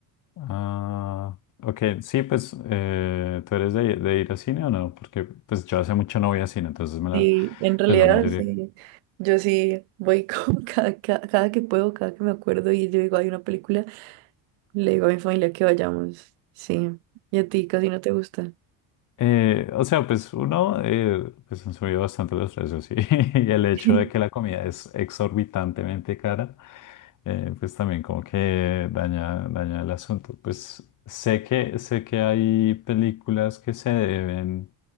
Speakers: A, on the left; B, on the right.
A: Ah, ok, sí, pues, eh, ¿tú eres de, de ir a cine o no? Porque pues yo hace mucho no voy a cine, entonces me la,
B: Sí, en realidad,
A: pues la mayoría
B: sí. Yo sí voy con <laughs> cada, cada, cada que puedo, cada que me acuerdo y yo digo, hay una película, le digo a mi familia que vayamos. Sí. Y a ti casi no te gusta.
A: Eh, o sea, pues uno, eh, pues han subido bastante los precios y, <laughs> y el
B: <laughs>
A: hecho de que la comida es exorbitantemente cara, eh, pues también como que daña, daña el asunto. Pues sé que, sé que hay películas que se deben